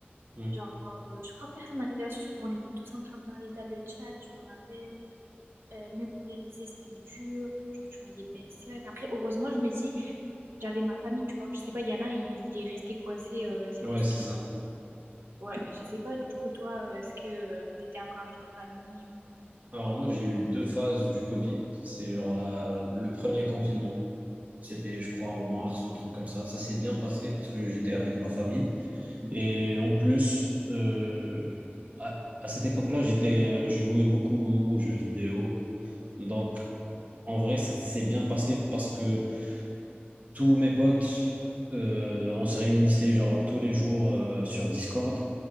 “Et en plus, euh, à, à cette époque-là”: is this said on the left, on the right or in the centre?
Right